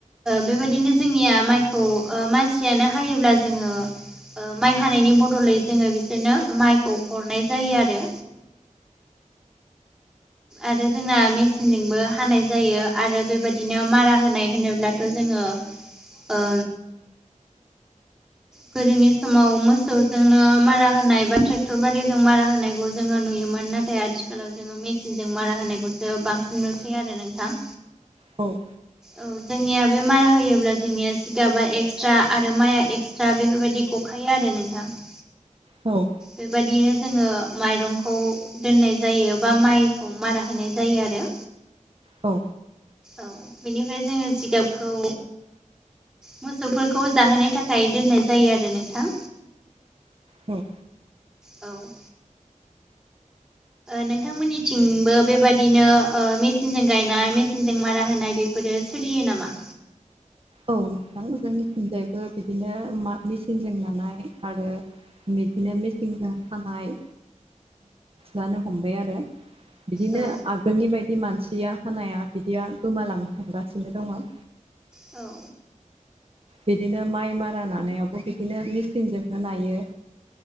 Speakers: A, in the centre; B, on the right.
A: बेबायदिनो जोंनिया माइखौ मानसियानो हायोब्ला जोङो माइ हानायनि बदलै जोङो बिसोरनो माइखौ हरनाय जायो आरो आरो जोंना मेचिनजोंबो हानाय जायो आरो बेबायदिनो मारा होनाय होनोब्ला थ' जोङो ओ गोदोनि समाव मोसौजोंनो मारा होनाय बा ट्रेक्टर बादिजों मारा होनायखौ जोङो नुयोमोन नाथाय नाथाय आथिखालाव जोङो मेचिनजों मारा होनायखौसो बांसिन नुसै आरो नोंथां
B: औ
A: औ जोंनिया बे मारा होयोब्ला जोंनिया जिगाबा एक्सट्रा आरो माइआ एक्सट्रा बेफोरबायदि गखायो आरो नोंथां <unintelligible>
B: औ
A: बेबायदियैनो जोङो माइरंखौ दोननाय जायो बा माइखौ मारा होनाय जायो आरो
B: औ
A: औ बेनिफ्राय जोङो जिगाबखौ मोसौफोरखौ जाहोनो थाखाय दोननाय जायो आरो नोंथां
B: औ
A: औ नोंथांमोननिथिंबो बेबायदिनो दिनो मेसिनजों गायनाय मेसिनजों मारा होनाय बे फोरो सोलियो नामा
B: औ नोंथां जोंनिथिंजायबो बिदिनो मेचिनजों नानाय आरो बिदिनो मेसें खानाय जानो हमबाय आरो <unintelligible> बिदिनो
A: औ
B: आगोलनि बायदि मानसिया हानाया बिदिया गोमालांनो हगासिनो दङ <unintelligible>
A: औ
B: बिदिनो माइ मारा नानायावबो बिदिनो मेचिनजोंनो नायो